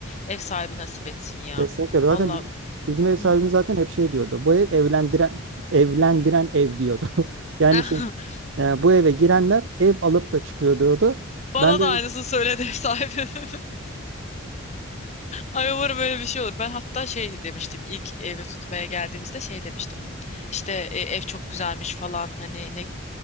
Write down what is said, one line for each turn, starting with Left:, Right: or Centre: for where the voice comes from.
Left: ev sahibi nasip etsin ya.
Right: Kesinlikle. Zaten
Left: Valla.
Right: bi- bizim ev sahibimiz
Left: Hı.
Right: zaten hep şey diyordu. Bu ev evlendiren evlendiren ev diyordu. <laughs> Yani
Left: <laughs>
Right: şey e, bu eve girenler ev alıp da çıkıyor diyordu.
Left: Bana
Right: Ben de
Left: da aynısını söyledi ev sahibim. <laughs> Ay umarım öyle bir şey olur. Ben hatta şey demiştim ilk evi tutmaya geldiğimizde şey demiştim. İşte e, ev çok güzelmiş falan hani ne